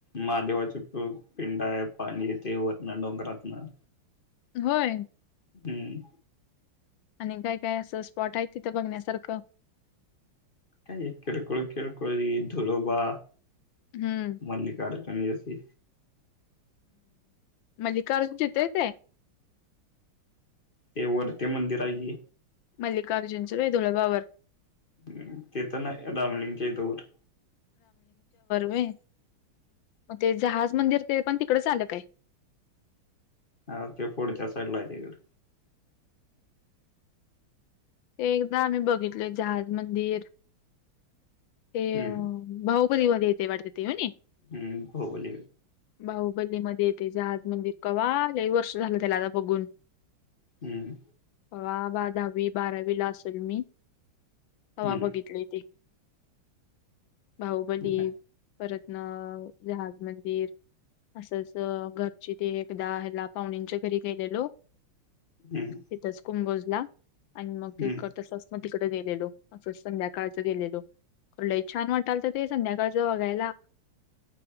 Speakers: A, on the left (about 35°); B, on the left (about 75°).
A: माहादेवाची प पिंड आहे पाणी ते व ना डोंगरात न
B: होय.
A: हम्म.
B: आणि काय काय असं स्पॉट आहे, तिथं बघण्यासारखं
A: काय किरकोळ किरकोळ धुळोबा
B: हम्म
A: मल्लिका अर्जुन हे असे.
B: मल्लिका अर्जुन तिथ येत आहे.
A: ते वर ती मंदिर आहे की
B: मल्लिकार्जुनचं धुळोबावर
A: ह अ ते तर नाही रामलिंगच्याेतवरर
B: ह मग ते जहाज मंदिर ते पण तिकडच आलं काय
A: हा ते फोडच्या साईडला आहे तेकड
B: एकदा आम्ही बघितल जहाज मंदिर ते
A: हम्म
B: भाऊ कधी मध्ये येते वाढते ते हो
A: हम्म होबोल
B: बाहुबली मध्ये येते जहाज मंदिर कवा काही वर्ष झालं त्याला आता बघून
A: हम्म.
B: हवा बधावी बारावी ला असेल मी हवा
A: हम्म
B: बघितली तेे बाहुबली
A: हम्म
B: परतना जहाज मंदिर असंच घरची ते एकदा हला पाहणींच्या घरी गेलेलो
A: हम्म
B: तथच कुंभोजला आणि मग ते
A: हम्म
B: करत अस तिकडे गेलेलो असं संध्याकाळच गेलेलो. कुठलंही छान वाटाल तर ते संध्याकाळच बघायला.